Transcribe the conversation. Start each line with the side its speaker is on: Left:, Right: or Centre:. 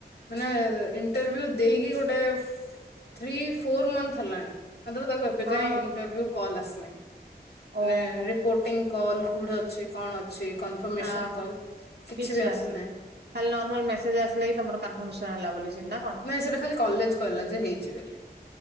Left: ମାନେ ଇଣ୍ଟରଭି୍ୟୁ ଦେଇକି ଗୋଟେ ଥ୍ରୀ ଫୋର୍ ମଂଥ ହେଲାଣି ମାତ୍ରା ତାକୁଏବେ। ଏବେ
Right: ହଁ
Left: ଯାଏ ଇଣ୍ଟଭ୍ୟୁ କଲ୍ ଆସିନି ମାନେ
Right: ଓହୋ
Left: ରିପୋଟିଙ୍ଗ୍ କଲ୍ କୋଉଠି ଅଛି କଣ? ଅଛି କନଫର୍ମେସନ୍
Right: ଆ
Left: କଲ୍।
Right: କିଛି
Left: ବି ଆସିନାହିଁ
Right: ଆସିନି ଖାଲି ନର୍ମାଲ୍ ମେସେଜ୍ ଆସିଲା କିି ତମର କାନଫର୍ମେସନ ହେଲା ବୋଲି ନା କଣ?
Left: ନାଇଁ ସେଟା ଖାଲି କଲେଜ୍ କହିଲା ଯେ ହେଇଛି ବୋଲି।